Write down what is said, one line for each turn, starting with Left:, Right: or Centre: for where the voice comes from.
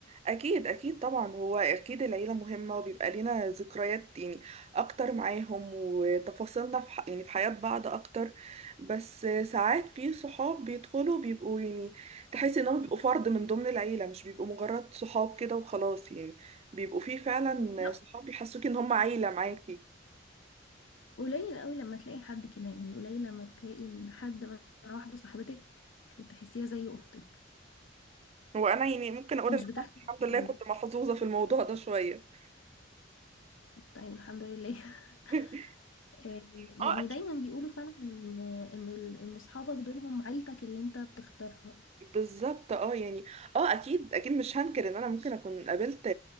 Right: اكيد اكيد طبعا هو اكيد العيله مهمه وبيبقى لينا ذكريات يعني اكتر معاهم وتفاصيلنا في ح... يعني في حياه بعض اكتر بس ساعات في صحاب بيدخلوا بيبقوا يعني تحس انهم بيبقوا فرد من ضمن العيله مش بيبقوا مجرد صحاب كده وخلاص يعني بيبقوا في فعلا
Left: لا،
Right: صحاب بيحسوك ان هم عيله معاكي
Left: قليل قوي لما تلاقي حد كده يعني قليل لما تلاقي ان حد مثلا واحده صاحبتك تحسيها زي اختك
Right: وانا يعني ممكن اقول
Left: مش
Right: ان أنا
Left: بتحكي
Right: الحمد لله
Left: كتير.
Right: كنت محظوظه في الموضوع ده شويه
Left: طيب الحمد لله <laughs>
Right: <laughs>
Left: آه، يعني
Right: اه
Left: دايما بيقولوا فعلا ان ان ال- ان اصحابك دول هم عيلتك اللي انت بتختارها
Right: بالظبط اه يعني اه اكيد اكيد مش هنكر ان انا ممكن اكون قابلت